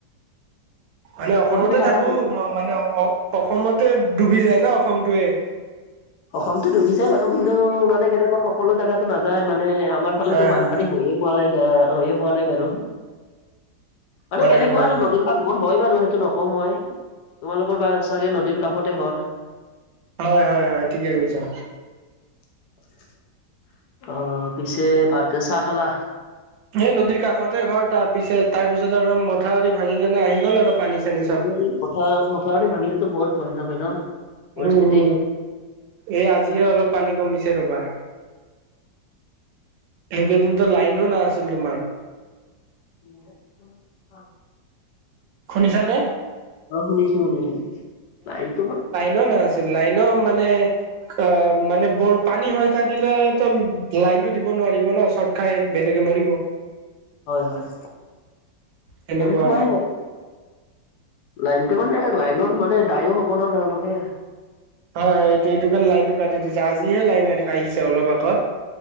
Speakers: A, on the right; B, on the left.
A: মানে অসমতে
B: অ তুমি থাকা
A: থাকো
B: ক'ত?
A: মানে অ অসমতে ডুবি যায় ন অসমটোৱে।
B: অসমতো ডুবি যায় বাৰু, কিন্তু মানে কেনেকুৱা সকলো জেগাত নাযায়, মানে আমাৰ ফালেতো
A: হয়
B: বানপানী
A: হয়
B: হয়ে পোৱা নাই দিয়া হৈয়ে পোৱা নাই বাৰু। মানে
A: হয়
B: কেনেকুৱা
A: হয়
B: আৰু নদীখন মোৰ হয় বাৰু সেইটো নকওঁ মই তোমালোকৰ বা চাগে নদীৰ কাষতে ঘৰ
A: হয় হয় হয় ঠিকে কৈছা
B: <inaudible> অ পিছে ভাতে চাহ খালা
A: সে নদীৰ কাষতে ঘৰ, তাৰ পিছে তাৰ পিছত আৰু মথাউৰি ভাঙি কেনে আহি গ'ল আৰু পানী। চানী চব
B: এই পথাৰ মথাউৰি ভাঙিলেতো বৰ ভয়ানক হয় ন?
A: উম
B: পৰিস্থিতি
A: উম এই আজিয়ে অলপ পানী কমি ছে ৰবা সেইকেইদিনতো লাইনো নাছিল তোমাৰ।
B: <unintelligible>
A: শুনিছানে
B: অ শুনিছো শুনিছো, নাই তোমাৰ
A: ন ন আছিল লাইন মানে অ মানে বৰ পানী হৈ থাকিলে তো লাইনটো দিব নোৱাৰিব ন চত খাই বেলেগে মৰিব
B: হয় হয়
A: সেনেকুৱা
B: এনেকুৱাই
A: হয়
B: লাইনটো মানে লাইনৰ মানে দায়ো হব ন তেওঁলোকে
A: হয় হয় এইটো এইটো কাৰণে লাইনটো কাটি দিছে আজিহে লাইন আহিছে অলপ আগত